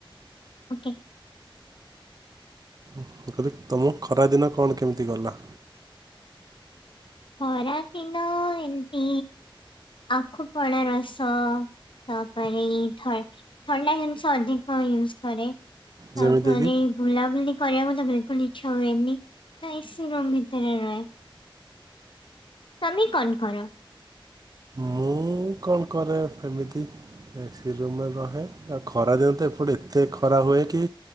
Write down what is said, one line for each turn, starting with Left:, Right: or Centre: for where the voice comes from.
Left: ଓକେ।
Right: ମୁ କହିଲି ତୁମ ଖରାଦିନ କଣ କେମିତି ଗଲା?
Left: ଖରା ଦିନ ଏମିତି ଆଖୁପଣା ରସ ତାପରେ ଥ ଥଣ୍ଡା ଜିନଷ ଅଧିକ ୟୁଜ କରେ। ତାପରେ
Right: ଯେମିତିକି
Left: ବୁଲାବୁଲି କରିବାକୁ ମତେ ବିଲକୁଲ ଇଚ୍ଛା ହୁଏନି ତ ଏସି ରୁମ୍ ଭିତରେ ରୁହେ। ତମେ କଣ କର?
Right: ମୁଁ କଣ କରେ ଏମିତି। ଏସି ରୁମେ ରହେ ଆଉ ଖରା ଦିନ ତ ଏପଟେ ଏତେ ଖରା ହୁଏ କି